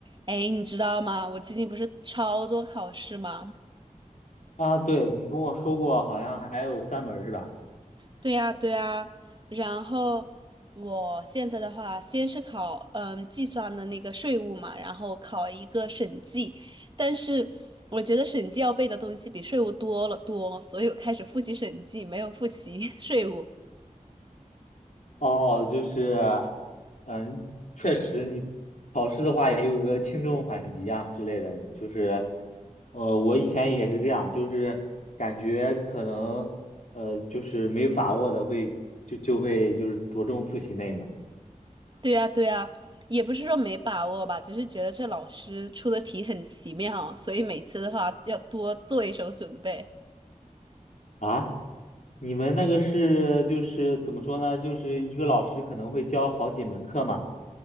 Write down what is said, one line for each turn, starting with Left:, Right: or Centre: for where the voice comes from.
Right: 哎，你知道吗？我最近不是超多考试吗？
Left: 啊，对，你跟我说过，好像还有三门儿是吧？
Right: 对呀，对呀。然后我现在的话，先是考嗯计算的那个税务嘛，然后考一个审计，但是我觉得审计要背的东西比税务多了多，所以我开始复习审计，没有复习 <laughs> 税务。
Left: 哦，就是，嗯，确实，你考试的话也有个轻重缓急啊之类的，就是，呃，我以前也是这样，就是感觉可能，呃，就是没有把握的会就就会就是着重复习那一门儿
Right: 对呀，对呀，也不是说没把握吧，只是觉得这老师出的题很奇妙，所以每次的话要多做一手准备。
Left: 啊。你们那个是就是怎么说呢？就是一个老师可能会教好几门课嘛？